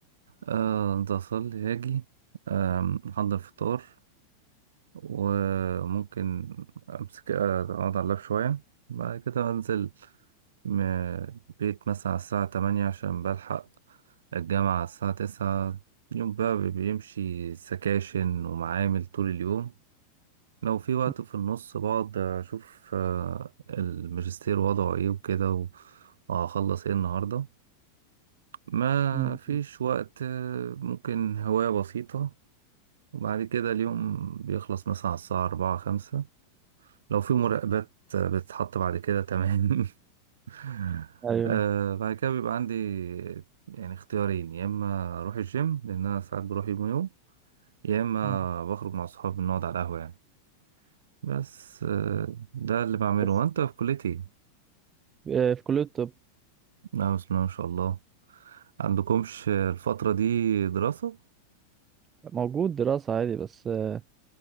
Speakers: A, on the right; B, on the right.
A: آه، انت اصلي اجي آم، احضر فطار وممكن امسك آه، اقعد على اللاب شوية بعد كده انزل م- بيت مثلا على الساعة 8 عشان بلحق الجامعة الساعة تسعة يوم بقى بيمشي سكاشن ومعامل طول اليوم لو في وقت
B: <laughs>
A: في النص بقعد أشوف آه، الماجستير وضعه إيه وكده و- وهخلص إيه النهاردة ما
B: مم.
A: فيش وقت آه، ممكن هواية بسيطة وبعد كده اليوم بيخلص مثلا على الساعة أربعة خمسة لو في مراقبات آه، بتتحط بعد كده تمام <laughs>
B: ايوه
A: آه، بعد كده بيبقى عندي يعني اختيارين يا إما أروح الجيم لأن أنا ساعات بروح يوم ويوم يا اما
B: مم.
A: بخرج مع اصحابي بنقعد على القهوه يعني بس آه، ده اللي بعمله
B: بس
A: وانت في كليتي
B: أه في كليه الطب
A: نعم بسم الله ما شاء الله عندكمش الفتره دي دراسه
B: موجود دراسة عادي بس آه،